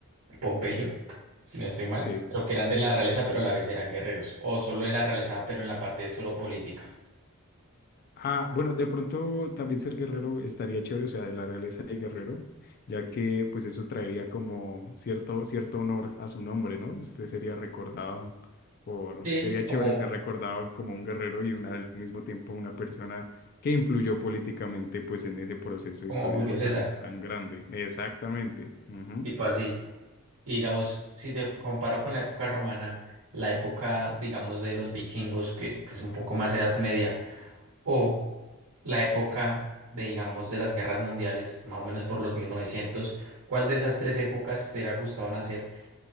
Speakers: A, on the right; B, on the left.
A: Pompeyo, si no estoy mal,
B: sí
A: pero que eran de la realeza, pero a la vez eran guerreros, o solo de la realeza, pero en la parte solo política.
B: Ah, bueno, de pronto también ser guerrero estaría chévere, o sea, de la realeza de guerrero, ya que pues eso traería como cierto, cierto honor a su nombre, ¿no? Usted sería recordado por,
A: Sí,
B: sería
A: como,
B: chévere ser recordado como un guerrero y una- al mismo tiempo una persona que influyó políticamente pues en ese proceso
A: como
B: histórico
A: Julio César,
B: tan, tan grande. Exactamente. ujú.
A: tipo así. Y digamos, si te comparo con la época romana, la época, digamos, de los vikingos, que, que es un poco más Edad Media, o la época de, digamos, de las guerras mundiales, más o menos por los 1900. ¿cuál de esas tres épocas será gustado nacer